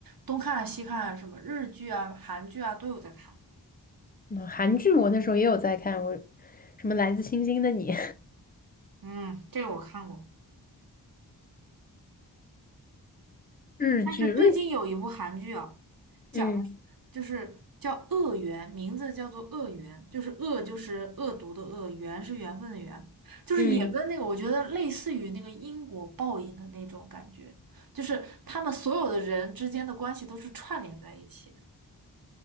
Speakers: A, on the right; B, on the left.
A: 东看啊西看啊什么日剧啊、韩剧啊都有在看。
B: 嗯韩剧我那时候也有在看，我什么《来自星星的你》
A: 嗯，这个我看过。
B: <laughs> 日剧日，
A: 但是最近有一部韩剧啊，讲的是就是叫《恶缘》，
B: 嗯
A: 名字叫做《恶缘》，就是恶就是恶毒的恶，缘是缘分的缘，就是也跟那个我觉得类似于那个因果报应的那种感觉，
B: 嗯，
A: 就是他们所有的人之间的关系都是串联在一起的。